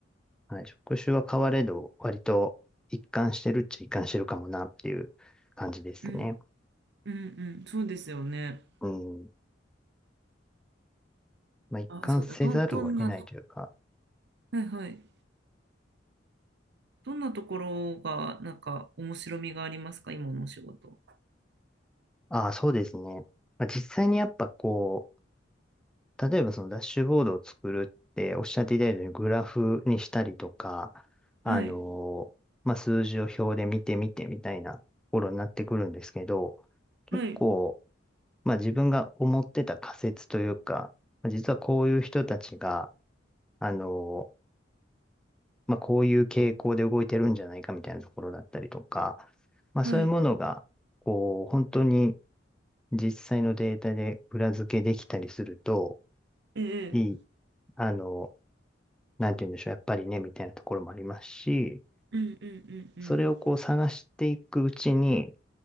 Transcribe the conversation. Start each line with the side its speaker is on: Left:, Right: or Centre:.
Centre: はい。職種は変われど、割と一貫してるっちゃ一貫してるかもなっていう感じですね。
Right: うん、うんうん、そうですよね。
Centre: うん。まあ、一貫せざるを得ないというか、
Right: あ、そうだ、どん、どんなと、はいはい。どんなところが、なんか、面白みがありますか、今のお仕事。
Centre: ああ、そうですね。まあ、実際にやっぱこう、例えばそのダッシュボードを作るっておっしゃっていただいたようにグラフにしたりとか、あのまあ、
Right: はい、
Centre: 数字を表で見てみてみたいなところになってくるんですけど、結構、
Right: はい、
Centre: まあ、自分が思ってた仮説というか、まあ実はこういう人たちが、あのまあ、こういう傾向で動いてるんじゃないかみたいなところだったりとか、まあ、
Right: はい、
Centre: そういうものが、こう、本当に実際のデータで裏付けできたりすると、
Right: ええ、
Centre: いい。あのなんて言うんでしょう、やっぱりね、みたいなところもありますし、
Right: うんうんうんうん、
Centre: それをこう探していくうちに、